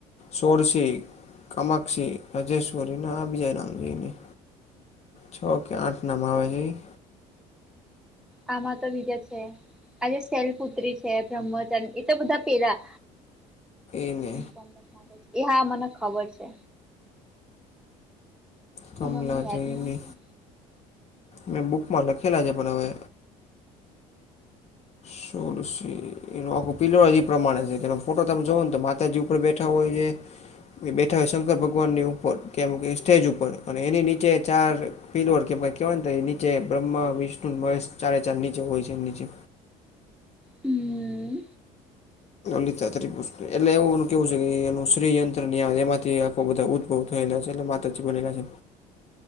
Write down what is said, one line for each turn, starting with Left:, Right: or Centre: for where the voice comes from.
Left: સોળશિ કમાક્ષી રાજેશ્વરીના આ બીજા નામ જોઈએને છ કે આઠ નામ આવે છે ઈ
Centre: આમાં તો બીજે છે. આજે શેલ પુત્રી છે બ્રહ્મચંદ એ તો બધા પેલા
Left: એને
Centre: માટે એ હા મને ખબર છે.
Left: કમલા
Centre: હમણાં મને યાદ
Left: જઈ
Centre: નહી
Left: ને
Centre: આવતું
Left: મેં બુકમાં લખેલા છે પણ હવે સોલશી એનો આખું પીલઓ જ એ પ્રમાણે છે કે ફોટો તમે જોઓ ને તો માતાજી ઉપર બેઠા હોય છે. એ બેઠા હો શંકર ભગવાનની ઉપર કેમ કે સ્ટેજ ઉપર અને એની નીચે ચાર ફીલ ઓવર કે કેહેવાય ને એ નીચે બ્રહ્મા વિષ્ણુ મહેશ ચારે ચાર નીચે હોય છે નીચે.
Centre: હમ
Left: લલિતાતરી એટલે એવું કેવું છે કે એનું શ્રીયંત્ર એમાંથી આખો બધા ઉત્પન્ન બહુ ખયેલા છે એટલે માતાજી બનેલા છે